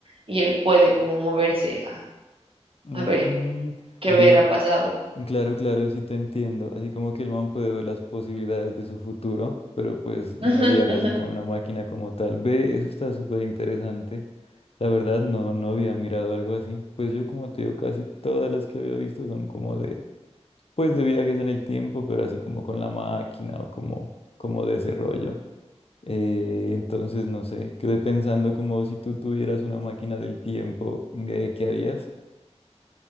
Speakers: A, on the right; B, on the left.
A: y él puede como moverse a,
B: Mm,
A: a ver qué
B: ve,
A: hubiera pasado.
B: claro, claro, sí te entiendo. Así como que el man puede ver las posibilidades de su futuro, pero pues no
A: Ujú,
B: viaja
A: ujú.
B: así como una máquina como tal. Ve, eso está súper interesante. La verdad, no, no había mirado algo así. Pues yo, como te digo, casi todas las que había visto son como de, pues de viajes en el tiempo, pero así como con la máquina o como, como de ese rollo. Eh, entonces, no sé, quedé pensando como si tú tuvieras una máquina del tiempo, eh, ¿qué harías?